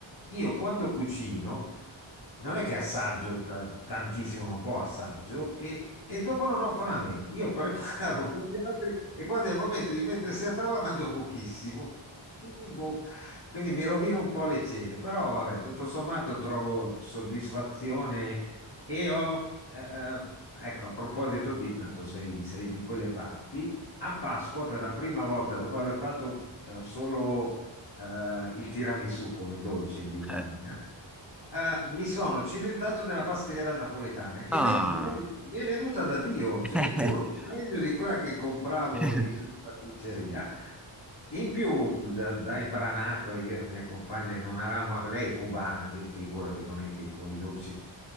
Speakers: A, on the left; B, in the centre.
A: Io quando cucino. Non è che assaggio ta- tantissimo, un po' assaggio e, e dopo non ho fame. Io preparo <laughs> per gli altri e quando è il momento di mettersi a tavola mangio pochissimo. Quindi, boh, quindi mi rovino un po' le cene, però vabbè, tutto sommato trovo soddisfazione e ho, eh, eh, ecco, a proposito di, tanto sei, sei di quelle parti, a Pasqua per la prima volta, dopo aver fatto eh, solo eh, il tiramisù come dolce in vita
B: Eh.
A: mia, Ah, mi sono cimentato nella pastiera napoletana ed
B: Ah!
A: è, mi è mi è venuta da Dio, cioè
B: <laughs>
A: giuro, meglio di quella che compravo
B: <laughs>
A: in, in pasticceria. In più, da, da imbranato, io e mia compagna non avevamo, lei è cubana, quindi figurati, non è che con i dolci.